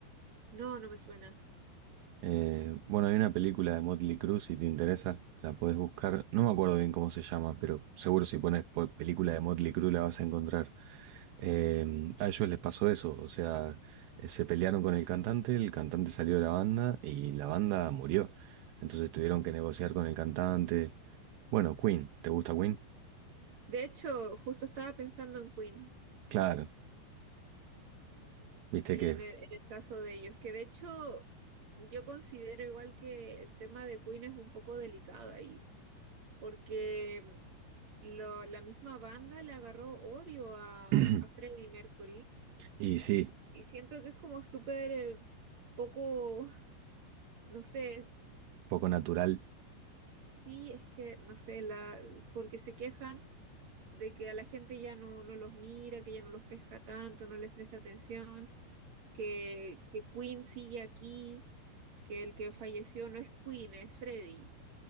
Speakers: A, on the right; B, on the right.
A: No, no me suena.
B: Eh, bueno, hay una película de Motley Crue, si te interesa, la podés buscar. No me acuerdo bien cómo se llama, pero seguro si pones po- película de Motley Crue la vas a encontrar. Eh, a ellos les pasó eso, o sea, eh, se pelearon con el cantante, el cantante salió de la banda y la banda murió. Entonces tuvieron que negociar con el cantante. Bueno, Queen, ¿te gusta Queen?
A: De hecho, justo estaba pensando en Queen
B: Claro, viste
A: y
B: que...
A: en el, en el caso de ellos, que de hecho yo considero igual que el tema de Queen es un poco delicado ahí, porque lo- la misma banda le agarró odio a,
B: <clears throat>
A: a Freddie Mercury
B: y sí,
A: y siento que es como súper eh, poco, <laughs> no sé.
B: poco natural.
A: Sí, es que, no sé, la, porque se quejan de que a la gente ya no, no los mira, que ya no los pesca tanto, no les presta atención, que, que Queen sigue aquí, que el que falleció no es Queen, es Freddy.